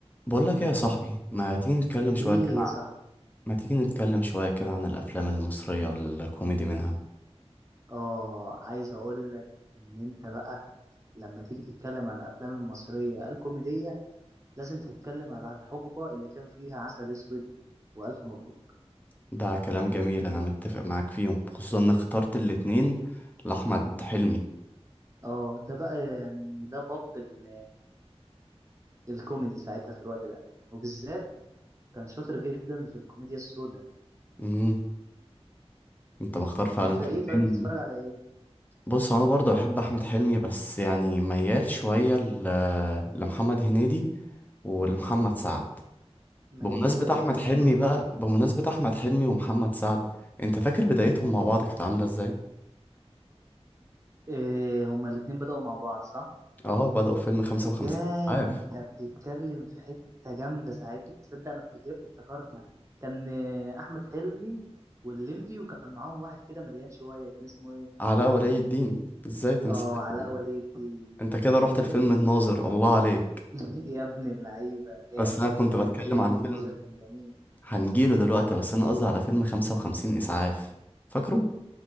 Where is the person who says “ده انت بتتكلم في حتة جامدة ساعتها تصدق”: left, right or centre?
Right